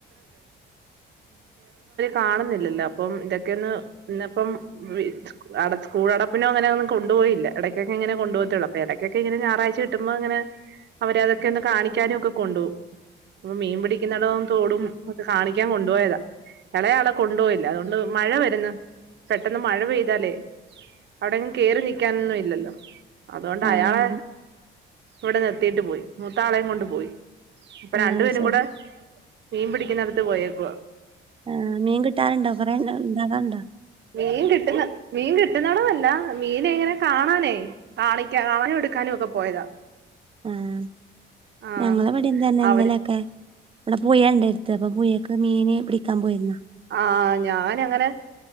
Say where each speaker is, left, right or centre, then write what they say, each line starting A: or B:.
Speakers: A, on the right; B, on the right.
A: കാണുന്നില്ലല്ലോ അപ്പം ഇതൊക്കെയൊന്ന് ഇന്ന് ഇപ്പോ <unintelligible> അട സ്‌കൂ സ്കൂടപ്പിനോ അങ്ങനൊന്നും കൊണ്ടുപോയില്ല ഇടക്കൊക്കെ ഇങ്ങനെ കൊണ്ടു പോകത്തേയുള്ളു അപ്പ ഇടക്കൊക്കെങ്ങനെ ഞായറാഴ്ച കിട്ടുമ്പോ ഇങ്ങനെ അവരെ അതൊക്കെ ഒന്ന് കാണിക്കാനും ഒക്കെ കൊണ്ടുപോകും ഈ മീൻ പിടിക്കുന്നടോം തോടും ഒക്കെ കാണിക്കാൻ കൊണ്ടുപോയതാ ഇളയാളെ കൊണ്ടുപോയില്ല അതുകൊണ്ട് മഴ വരന്ന് പെട്ടെന്ന് മഴ പെയ്താലേ അവിടെങ്ങും കേറിനിൽക്കാനൊന്നും ഇല്ലല്ലോ അതൊണ്ട്
B: അതെ
A: അയാളെ ഇവിടെ നിർത്തിയിട്ട് പോയി മൂത്താളേം കൊണ്ട് പോയി ഇപ്പൊ
B: ആ
A: രണ്ടു പേരും
B: ശരി
A: കൂടെ മീൻ പിടിക്കുന്ന അടുത്ത് പോയേക്കുവ
B: ആഹ് ആ മീൻ കിട്ടാറുണ്ടോ കൊറെണ്ണം ഉണ്ടാകാറുണ്ടോ
A: മീൻ കിട്ടുന്ന മീൻ കിട്ടുന്നെടമല്ല മീനെ ഇങ്ങനെ കാണാനേ കാണിക്ക കാണാനും എടുക്കാനും ഒക്കെ പോയതാ
B: ആഹ്
A: ആഹ്
B: ഞങ്ങളും ഇവിടെ ഇതന്നെ ഇന്നലെക്കെ
A: അവര്
B: ഇവിടെ പുഴെണ്ടടുത്ത് അപ്പൊ പുഴെക്ക് മീനെ പിടിക്കാൻ പോയിരുന്ന
A: ആ ഞാനങ്ങനെ